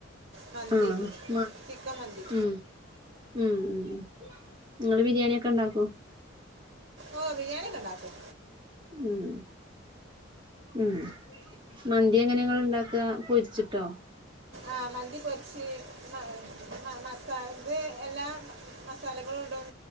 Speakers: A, on the right; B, on the right.
A: മന്ദി
B: ആഹ് മ
A: ചിക്ക മന്ദി
B: ഉം ഉം ങ്ങള് ബിരിയാണിയൊക്കെ ഉണ്ടാക്കോ?
A: ഓ ബിരിയാണിക്കെ ണ്ടാക്കും
B: ഉം ഉം മന്തി എങ്ങനെങ്ങള്ണ്ടാ ക്ക പൊര്ച്ച്ട്ടോ
A: ആഹ് മന്തി പൊര്ച്ച് മ മ മസാ ഇത് എല്ലാ മസാലകള്ടും